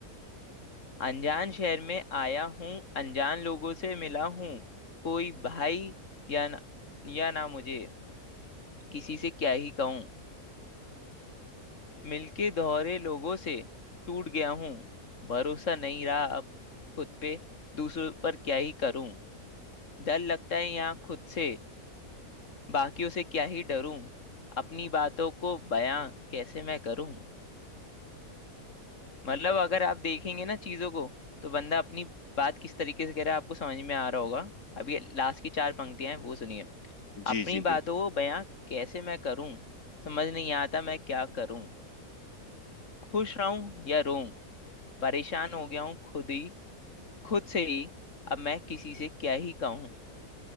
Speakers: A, on the left (about 55°); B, on the left (about 75°).
A: अनजान शहर में आया हूँ अनजान लोगों से मिला हूँ कोई भाई या न, या ना मुझे किसी से क्या ही कहूं मिलके दोहरे लोगों से टूट गया हूँ भरोसा नहीं रहा अब खुद पे दूसरों पर क्या ही करूं डर लगता है यहाँ खुद से बाकियों से क्या ही डरूं अपनी बातों को बयां कैसे मैं करूं मतलब अगर आप देखेंगे ना चीजों को तो बंदा अपनी बात किस तरीके से कह रहा है आपको समझ में आ रहा होगा अभी लास्ट की चार पंक्तियां हैं वो सुनिए
B: जी
A: अपनी
B: जी बिल्कुल
A: बातों को बयां कैसे मैं करूं समझ नहीं आता मैं क्या करूं खुश रहूं या रोऊं परेशान हो गया हूँ खुद ही खुद से ही अब मैं किसी से क्या ही कहूँ